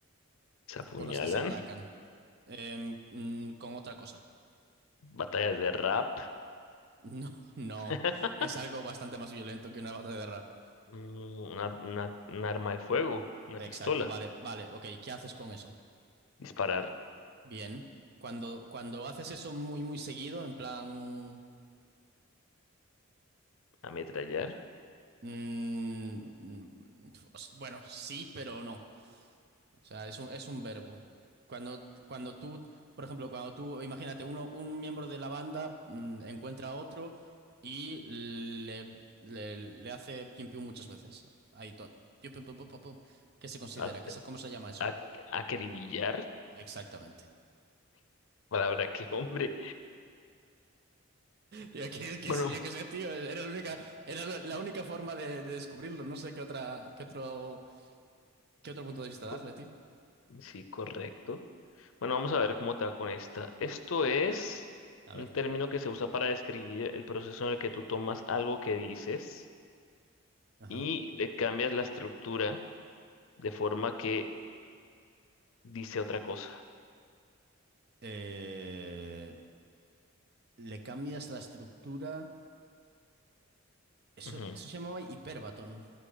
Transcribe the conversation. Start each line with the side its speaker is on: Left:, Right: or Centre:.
Left: se apuñalan,
Right: con las que se atacan Em, mm, con otra cosa. <laughs>
Left: <laughs> batallas de rap,
Right: No, no,
Left: <laughs>
Right: es algo bastante más violento que una batalla de rap.
Left: mm, una, una- un arma de fuego, una
Right: Exacto,
Left: pistola,
Right: vale, vale, ok, ¿qué haces con eso?
Left: disparar,
Right: Bien. Cuando, cuando haces eso muy, muy seguido, en plan...
Left: ametrallar,
Right: mm, mm, os- bueno, sí, pero no. O sea, es un, es un verbo. Cuando, cuando tú, por ejemplo, cuando tú, imagínate, uno, un miembro de la banda mm, encuentra a otro y le, le, le hace pium pium muchas veces. Ahí todo. Pium, pium, pum, pum, pum, pum. ¿Qué se considera?
Left: a,
Right: ¿Qué se- cómo se llama eso?
Left: a, acribillar.
Right: Exactamente.
Left: Palabra que <laughs> hombre.
Right: Yo que, que
Left: Bueno,
Right: sé- yo qué sé, tío, era la única, era la la única forma de, de descubrirlo. No sé qué otra, qué otro, qué otro punto de vista
Left: co-
Right: darle, tío.
Left: sí, correcto. Bueno, vamos a ver cómo te va con esta. Esto es
Right: A
Left: un
Right: ver.
Left: término que se usa para describir el proceso en el que tú tomas algo que dices
Right: Ajá.
Left: y le cambias la estructura de forma que dice otra cosa.
Right: Eh, le cambias la estructura. Eso,
Left: Ujú.
Right: eso se llamaba hiperbatón.